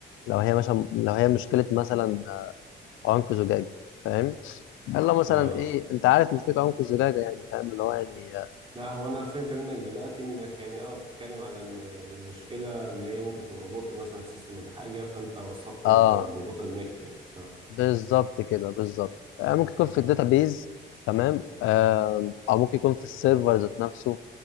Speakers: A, on the left (about 80°); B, on the right (about 25°).
A: لو هي مثلا لو هي مشكلة مثلا آه، عنق زجاجة فاهم هل لو مثلا
B: آه
A: إيه أنت عارف مشكلة عنق الزجاجة يعني فاهم اللي هو يعني آه
B: لا هو انا فهمت منك دلوقتي انك يعني اه بتتكلم على ان المشكله اللي هي ممكن تبقى بطء مثلا في السيستم ولا حاجه فانت وصفته
A: آه،
B: ببوتل نيك يعني اه
A: بالظبط كده بالظبط آه ممكن يكون في الداتابيز تمام آه أو ممكن يكون في السيرفر ذات نفسه